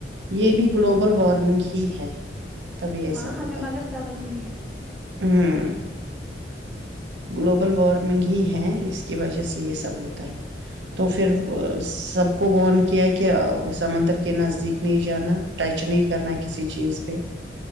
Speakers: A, on the right; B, in the centre.
A: یہ بھی گلوبل وارمنگ ہی ہے تبھی ایسا
B: ہاں
A: ہوتا
B: ہمیں مگر
A: ہے
B: سمجھ ہی نہیں آتا
A: ہوں گلوبل وارمنگ ہی ہے اس کی وجہ سے یہ سب ہوتا ہے تو پھر سب کو ون کیا کہ سمندر کے نزدیک نہیں جانا ٹچ نہیں کرنا کسی چیز پہ